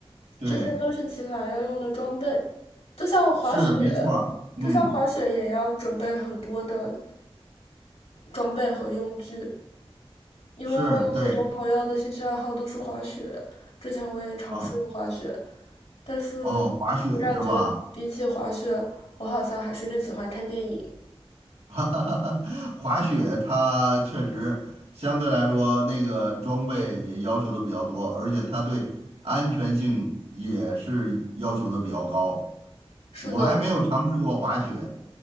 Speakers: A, on the right; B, on the left.
A: 对，
B: 这些都是骑马要用的装备，就像滑雪，
A: 是没错儿嗯，
B: 就像滑雪也要准备很多的装备和用具。因为我有很多朋友的兴趣爱好都是滑雪，
A: 是对
B: 之前我也尝试过滑雪，
A: 嗯，
B: 但是我感觉比起滑雪，
A: 哦，滑雪是吧？
B: 我好像还是更喜欢看电影。
A: <laughs> 哈哈，哈，<laughs> 滑雪它确实相对来说那个装备也要求的比较多，而且它对安全性也是要求的比较高。
B: 是的，
A: 我还没有尝试过滑雪，